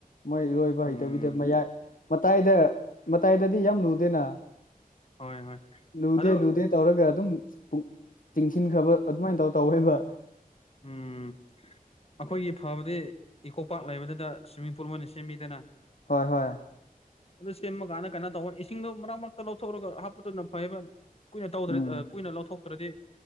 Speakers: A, on the left; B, on the left.
A: ꯃꯣꯏ ꯏꯔꯣꯏꯕ
B: ꯎꯝ
A: ꯍꯩꯇꯕꯤꯗ ꯃꯌꯥꯏ ꯃꯇꯥꯏꯗ ꯃꯇꯥꯏꯗꯗꯤ ꯌꯥꯝ ꯂꯨꯗꯦꯅ
B: ꯍꯣꯏ ꯍꯣꯏ
A: ꯂꯨꯗꯦ
B: ꯑꯗꯣ
A: ꯂꯨꯗꯦ ꯇꯧꯔꯒ ꯑꯗꯨꯝ ꯇꯤꯡꯁꯤꯟꯈ꯭ꯔꯕ ꯑꯗꯨꯃꯥꯏꯅ ꯇꯧ ꯇꯧꯋ ꯍꯥꯏꯕ
B: ꯎꯝ ꯑꯩꯈꯣꯏꯒꯤ ꯐꯕꯗꯤ ꯏꯀꯣ ꯄꯥꯛꯔ ꯂꯩꯕꯗꯨꯗ ꯁ꯭ꯋꯤꯝꯃꯤꯡ ꯄꯨꯜ ꯑꯃ ꯑꯣꯏꯅ ꯁꯦꯝꯃꯤꯗꯅ
A: ꯍꯣꯏ ꯍꯣꯏ
B: ꯑꯗꯨ ꯁꯦꯝꯃꯀꯥꯟꯗ ꯀꯩꯅꯣ ꯇꯧꯍꯅꯤ ꯏꯁꯤꯡꯗꯣ ꯃꯔꯛ ꯃꯔꯛꯇ ꯂꯧꯊꯣꯛꯑꯒ ꯍꯥꯞꯄꯗꯨꯅ ꯐꯩꯕ ꯀꯨꯏꯅ ꯇꯧꯗ꯭ꯔꯗꯤ
A: ꯎꯝ
B: ꯀꯨꯏꯅ ꯂꯧꯊꯣꯛꯇ꯭ꯔꯗꯤ